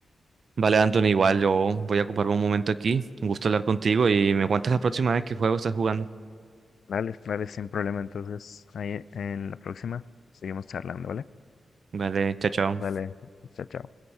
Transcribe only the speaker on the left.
Dale, dale, sin problema. Entonces, ahí en la próxima seguimos charlando, ¿vale?
Dale, chao, chao.